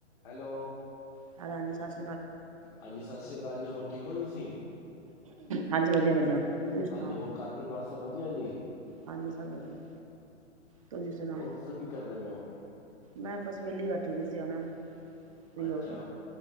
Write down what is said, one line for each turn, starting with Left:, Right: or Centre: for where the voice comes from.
Left: ਹੈਲੋ
Right: ਅ
Left: ਹਾਂਜੀ ਸਤਿ ਸ੍ਰੀ ਅਕਾਲ ਜੀ ਹੋਰ ਠੀਕ ਠੀਕ ਹੋ ਤੁਸੀਂ
Right: ਹਾਂਜੀ ਵਧੀਆ ਵਧੀਆ ਤੁਸੀਂ ਸੁਣਾਓ
Left: ਹਾਂਜੀ ਹੋਰ ਘਰ ਪਰਿਵਾਰ ਸਭ ਵਧੀਆ ਜੀ
Right: ਹਾਂਜੀ ਸਭ ਵਧੀਆ ਤੁਸੀਂ ਸੁਣਾ
Left: ਹੋਰ ਦੱਸੋ ਕੀ ਕਰਦੇ ਪਏ ਹੋ
Right: ਮੈਂ ਬਸ ਵੇਹਲੀ ਬੈਠੀ ਦੀ ਸੀ ਉਹ ਫੀ
Left: ਅੱਛਾ
Right: ਹੋ ਗਿਆ